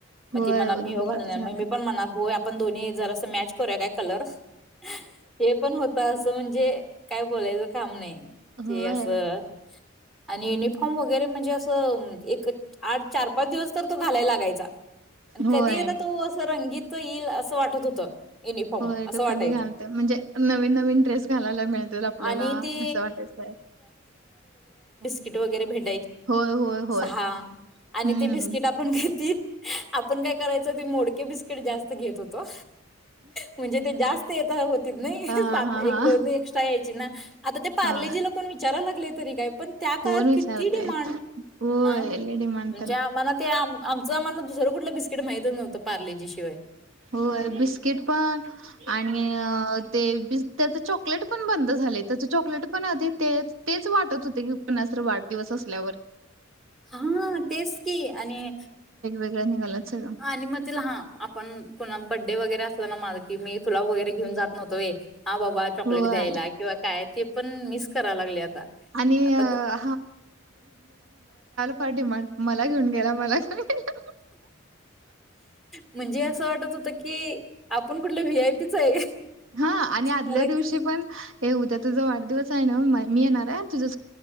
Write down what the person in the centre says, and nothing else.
मग
ती म्हणार
मी ह्यो
घालून
मग मी
पण म्हणार ह्यो पण दोनही जरास मॅच करूया काय कलर्स हे पण होत असं म्हणजे काय बोलायचं काम नाही जे
असं आणि युनिफॉर्म वगैरे म्हणजे असं एक, आठ, चार, पाच दिवस तर तो घालाय लागायचा. आणि
कधी एकदा तो असं रंगीत येईल असं वाटत होतं. युनिफॉर्म
असं
वाटायचं
आणि ते
किट वगैरे भेट
सहा आणि
ते बिस्किट आपण घेत आपण काय करायचो ते मोडके बिस्किट जास्त घेत होतो. म्हणजे ते जास्त येत होतीत नइ
सात,
एक,
दोन एक्स्ट्रा यायची ना. आता ते पारलेजिला
कोण विचारायला लागलेत. तरी काय पण त्या काळात
किती डिमांड
हं
म्हणजे
आम्हाला ते आम आमच आम्हाला दुसर कुठलं बिस्कीट माहित नव्हंत पार्लेजी शिवाय
हा तेच की आणि
हा आणि मग तिला हा आपण पुन बड्डे वगैरे असला ना माझ की तुला वगैरे घेऊन जात नवतो होय. हा बाबा चॉकलेट
द्यायला किंवा काय ते पण मिस कराय लागले आता
आता
त.
म्हणजे असं वाटत होत की आपण कुठलं व्ही आय पी च आहे.
मला
किती